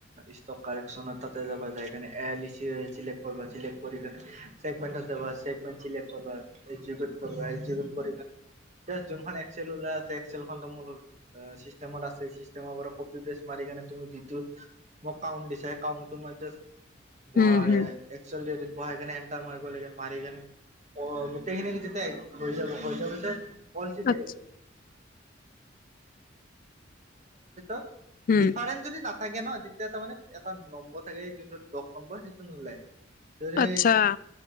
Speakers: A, on the right; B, on the left.
A: ষ্টক কাৰেকচনত তাতে যাবা যায় <unintelligible> এই আই লিষ্ট চিলেক্ট কৰিবা। চিলেক্ট কৰি কিনে, চেকমেন্তত যাবা চেকমেন্তত চিলেক্ট কৰিবা। <unintelligible> কোনখন এফছেল ওলাই আছে। আফছেলখনটো মোৰ <unintelligible> চিষ্টেমত আছে, চিষ্টেমৰ পৰা কপি বেছ মাৰি কিনে তুমি যিটো মোক কাউণ্ট দিছা কাউণ্টটো <unintelligible> বহা
B: উম
A: হয়
B: হুম
A: একচলি নে এণ্টাৰ মাৰিব লাগে মাৰি কেনে অ গোটেইখিনি যেতিয়া হৈ যাব হৈ যোৱাৰ পিছত <unintelligible> <unintelligible> পিছত
B: আচ্ছা
A: <unintelligible>
B: উম
A: ডিফাৰেন্ঞ্চ যদি না থাকে ন তেতিয়া তাৰ মানে এটা নম্বৰ থাকে যোনটো দশ নম্বৰ সেইটো নোলায় <unintelligible> যদি
B: আচ্ছা